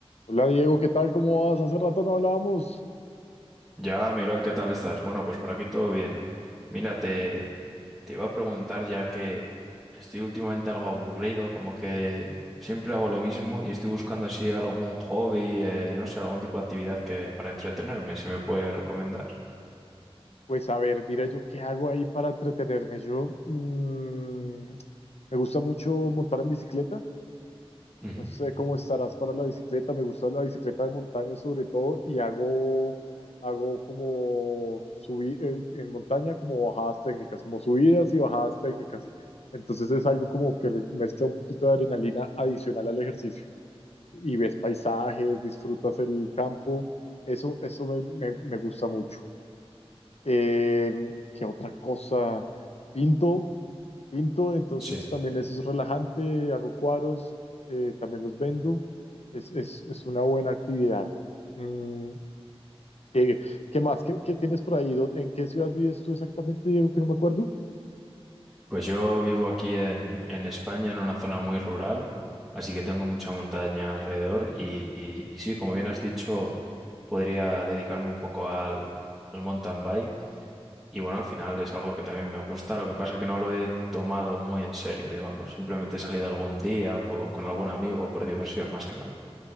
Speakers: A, on the left (about 80°); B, in the centre.
A: Hola Diego, ¿qué tal? ¿Cómo vas? Hace rato no hablábamos.
B: Ya, Miguel, ¿qué tal estás? Bueno, pues por aquí todo bien. Mira, te, te iba a preguntar ya que estoy últimamente algo aburrido, como que siempre hago lo mismo y estoy buscando así algún hobby, eh, no sé, algún tipo de actividad que para entretenerme, si me puede recomendar.
A: Pues a ver, mira, yo qué hago ahí para entretenerme. Yo mm, me gusta mucho montar en bicicleta.
B: Ujú,
A: No sé cómo estarás para la bicicleta. Me gusta la bicicleta de montaña sobre todo y hago, hago como subir en montaña como bajadas técnicas, como subidas y bajadas técnicas. Entonces es algo como que le mezcla un poquito de adrenalina adicional al ejercicio. y ves paisajes, disfrutas el campo. Eso, eso me, me- me gusta mucho. Eh, ¿qué otra cosa? Pinto, pinto, entonces
B: Sí,
A: también eso es relajante, hago cuadros, eh, también los vendo. Es, es- es una buena actividad. Mm, ¿qué, qué más? ¿Qué, qué tienes por ahí? ¿Dó- ¿En qué ciudad vives tú exactamente, Diego? Que no me acuerdo.
B: pues yo vivo aquí en, en España, en una zona muy rural, así que tengo mucha montaña alrededor y, y- y sí, como bien has dicho, podría dedicarme un poco al, al mountain bike Y bueno, al final es algo que también me gusta, lo que pasa es que no lo he tomado muy en serio, digamos. Simplemente he salido algún día po- con algún amigo por diversión, más que nada.